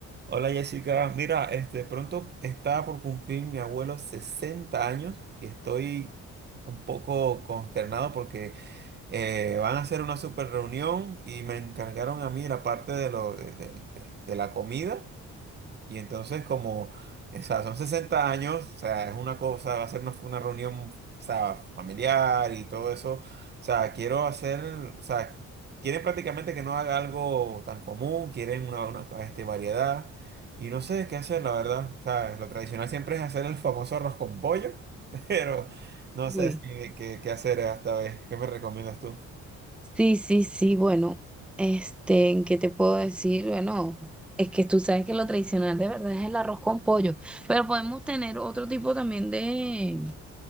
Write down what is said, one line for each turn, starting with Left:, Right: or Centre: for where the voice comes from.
Right: Hola Jessica, mira, este pronto está por cumplir mi abuelo 60 años y estoy un poco consternado porque eh, van a hacer una super reunión y me encargaron a mí la parte de, lo, de, de- de- de la comida y entonces como, o sea, son 60 años, o sea, es una cosa, va a ser una, una reunión, o sea, familiar y todo eso. O sea, quiero hacer, o sea, quieren prácticamente que no haga algo tan común, quieren una, una, este, variedad. Y no sé qué hacer, la verdad. O sea, lo tradicional siempre es hacer el famoso arroz con pollo, <laughs> pero no
Centre: Uy,
Right: sé si, qué, qué hacer esta vez. ¿Qué me recomiendas tú?
Centre: sí, sí, sí, bueno, este, ¿en ¿qué te puedo decir? Bueno, es que tú sabes que lo tradicional de verdad es el arroz con pollo, pero podemos tener otro tipo también de,